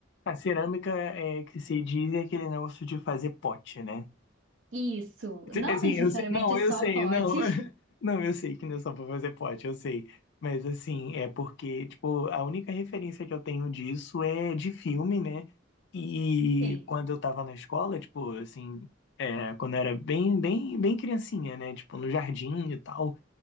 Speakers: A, on the left; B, on the right.
A: A cerâmica é que se diz é aquele negócio de fazer pote, né?
B: Isso, não
A: Assim,
B: necessariamente
A: eu sei, não, eu
B: só
A: sei,
B: potes.
A: não. <laughs> Não, eu sei que não é só pra fazer pote, eu sei. Mas assim, é porque, tipo, a única referência que eu tenho disso é de filme, né? E
B: <laughs> Sim.
A: quando eu tava na escola, tipo, assim, é, quando eu era bem, bem, bem criancinha, né? Tipo, no jardim e tal,